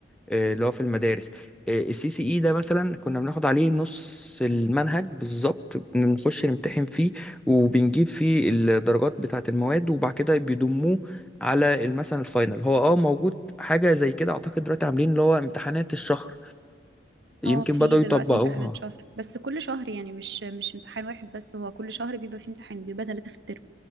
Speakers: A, in the centre; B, on the right.
A: آه، اللي هو في المدارس السي سي اي ده مثلا كنا بناخد عليه نص المنهج بالظبط بنخش نمتحن فيه وبنجيب فيه الدرجات بتاعه المواد وبعد كده بيضموه على مثلا الفاينل هو اه موجود حاجه زي كده اعتقد دلوقتي عاملين اللي هو امتحانات الشهر يمكن
B: اه في
A: بدأوا
B: دلوقتي
A: يطبقوها
B: امتحانات شهر بس كل شهر يعني مش مش امتحان واحد بس هو كل شهر بيبقى فيه امتحان بيبقى ثلاثة في الترم